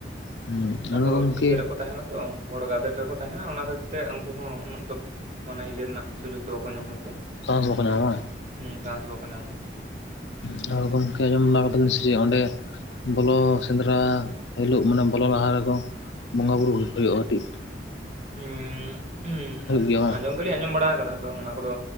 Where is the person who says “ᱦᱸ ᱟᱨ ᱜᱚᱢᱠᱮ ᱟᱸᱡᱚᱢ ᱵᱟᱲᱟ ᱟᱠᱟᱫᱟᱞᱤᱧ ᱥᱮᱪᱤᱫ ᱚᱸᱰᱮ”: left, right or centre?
Left